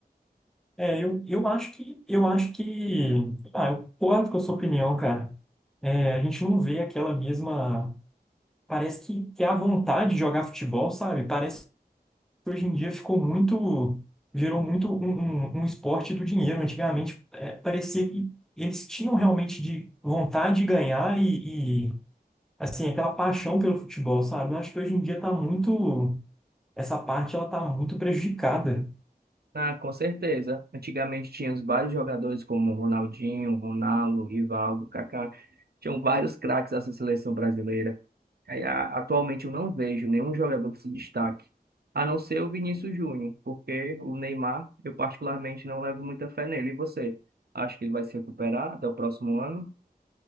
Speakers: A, in the centre; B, on the right.
A: É, eu, eu acho que, eu acho que, ah, eu concordo com a sua opinião, cara. É, a gente não vê aquela mesma, parece que, que é a vontade de jogar futebol, sabe? Parece que hoje em dia ficou muito, virou muito um, um, um esporte do dinheiro. Antigamente, é, parecia que eles tinham realmente de vontade de ganhar e, e, assim, aquela paixão pelo futebol, sabe? Eu acho que hoje em dia tá muito, essa parte ela tá muito prejudicada.
B: Ah, com certeza. Antigamente tinha os vários jogadores como Ronaldinho, Ronaldo, Rivaldo, Kaká. Tinham vários craques dessa seleção brasileira. Aí, a- atualmente eu não vejo nenhum jogador que se destaque, a não ser o Vinícius Júnior, porque o Neymar, eu particularmente não levo muita fé nele. E você? acha que ele vai se recuperar até o próximo ano?